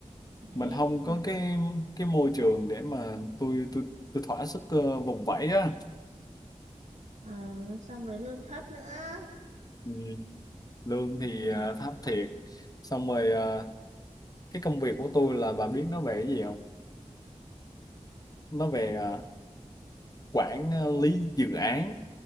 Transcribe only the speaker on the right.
Đấy.
Ờ, xong rồi lương thấp nữa.
Nói chung
là
ừ,
tôi cũng